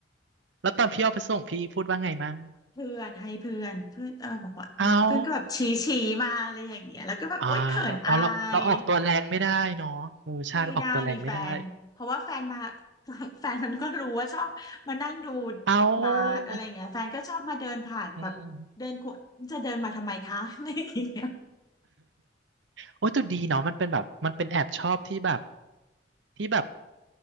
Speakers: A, on the right; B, on the left.
A: แล้วตอนพี่เอาไปส่งพี่พูดว่าไงมั่ง
B: เพื่อนให้เพื่อนเพื่อนเออบอกว่าเออแล้วเพื่อนก็แบบชี้ชี้มาอะไรอย่างเงี้ยแล้วก็แบบโอ๊ยเขินอาย
A: เอาอ่าอ๋อเราเราออกตัวแรงไม่ได้เนาะเออใช่เราออกตัวแรงไม่ได้
B: ไม่ได้มีแฟนเพราะว่าแฟนมา <laughs> แฟนมันก็รู้ว่าชอบมานั่งดู
A: เอ
B: บาสอะไรเงี้ยแฟนก็ชอบมาเดินผ่านแบบเดินขวจะเดินมาทำไมคะอะไรอย่างเงี้ย
A: าอืมโอ้ยแต่ดีเนาะมันเป็นแบบมันเป็นแอบชอบที่แบบที่แบบ